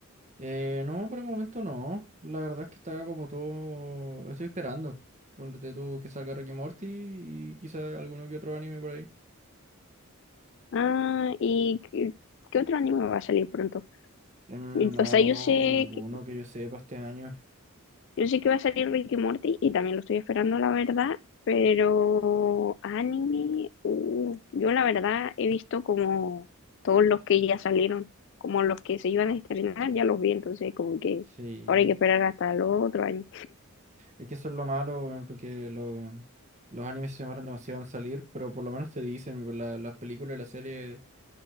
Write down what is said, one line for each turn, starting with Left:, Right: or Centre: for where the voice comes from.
Right: Eh, no, por el momento no. La verdad es que está como todo. Estoy esperando. Ponte tú que salga Ricky Morty y quizá alguno que otro anime por ahí.
Left: Ah, ¿y qué, qué otro anime va a salir pronto?
Right: Em,
Left: Y-
Right: no,
Left: O sea, yo sé
Right: ninguno
Left: que,
Right: que yo sepa este año.
Left: yo sé que va a salir Ricky Morty y también lo estoy esperando, la verdad, pero anime, uh, yo la verdad he visto como todos los que ya salieron, como los que se iban a estrenar, ya los vi, entonces como que
Right: Sí.
Left: ahora hay que esperar hasta el otro año.
Right: Es que eso es lo malo, weón, porque lo- los animes se demoran demasiado en salir, pero por lo menos te dicen, por la- las películas y las series